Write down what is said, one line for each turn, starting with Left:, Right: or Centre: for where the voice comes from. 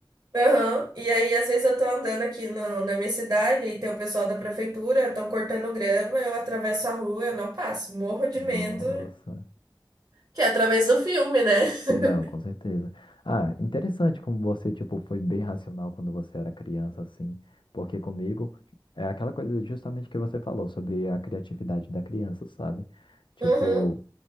Right: aham, e aí às vezes eu tô andando aqui no- na minha cidade e tem o pessoal da prefeitura, estão cortando grama, eu atravesso a rua, eu não passo, morro de
Left: Nossa.
Right: medo Que é através do filme, né? <laughs>
Left: Não, com certeza. Ah, interessante como você, tipo, foi bem racional quando você era criança, assim, porque comigo é aquela coisa justamente que você falou sobre a criatividade da criança, sabe? Tipo,
Right: Uhum.